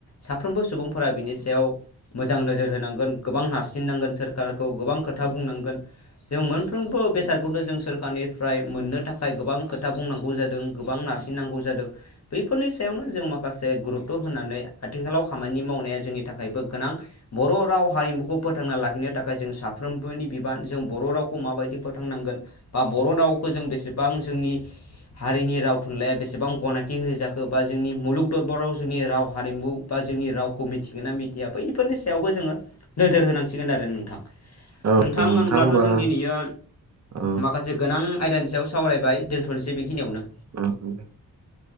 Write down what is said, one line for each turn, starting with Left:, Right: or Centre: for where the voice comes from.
Left: साफ्रोमबो सुबुंफोरा बिनि सायाव मोजां नोजोर होनांगोन गोबां नारसिननांगोन सोरखारखौ गोबां खोथा बुंनांगोन। जों मोनफ्रोमबो बेसादखौनो जों सोरखारनिफ्राय मोननो थाखाय गोबां खोथा बुंनांगौ जादों गोबां नारसिननांगौ जादों। बेफोरनि सायावनो जों माखासे गुरुत्त' होननानै आथिखालाव खामानि मावनाया जोंनि थाखायबो गोनां बर' राव हारिमुखौ फोथांना लाखिनो थाखाय जों साफ्रोमबोनि बिबान जों बर' रावखौ माबायदि फोथांनांगोन बा बर' रावखौ जों बेसेबां जोंनि हारिनि राव थुनलाइया बेसेबां गनाय मि होजाखो बा जोंनि मुलुग दरबाराव जोंनि राव हारिमु बा जोंनि रावखौ मिथिगोन ना मिथिया बैफोर नि सायावबो जोङो नोजोर होनांसिगोन आरो नोंथां।
Right: औ
Left: नोंथां होनब्लाथ'
Right: होमबा
Left: जों दिनैयो
Right: औ
Left: माखासे गोनां आयदानि सायाव सावरायबाय दोनथ'नोसै बेखिनियावनो।
Right: <unintelligible>